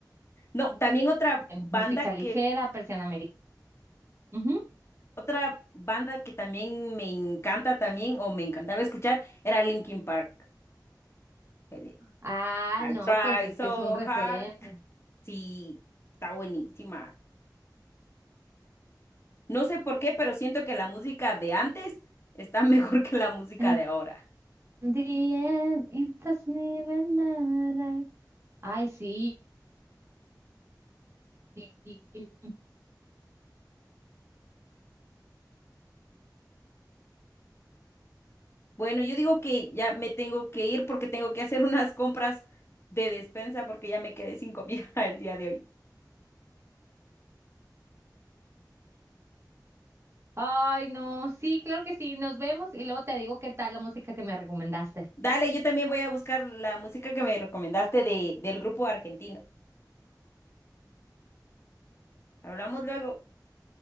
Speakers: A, on the left (about 35°); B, on the right (about 35°).
A: No, también otra
B: música
A: banda
B: ligera,
A: que
B: persiana americana. Ujú.
A: Otra banda que también me encanta también, o me encantaba escuchar, era Linkin Park. El de,
B: Ah,
A: I
B: no,
A: try
B: pues es
A: so
B: que es un referente.
A: hard. Sí, está buenísima. No sé por qué, pero siento que la música de antes está mejor <laughs> que la música
B: And
A: de ahora.
B: the end, it doesn't even matter. Ay, sí, sí,
A: Bueno, yo digo que ya me tengo que ir porque tengo que hacer unas compras de despensa porque ya me quedé sin comida <laughs> el día de hoy.
B: Ay, no, sí, claro que sí, nos vemos y luego te digo qué tal la música que me recomendaste.
A: Dale, yo también voy a buscar la música que me recomendaste de, del grupo argentino. Hablamos luego.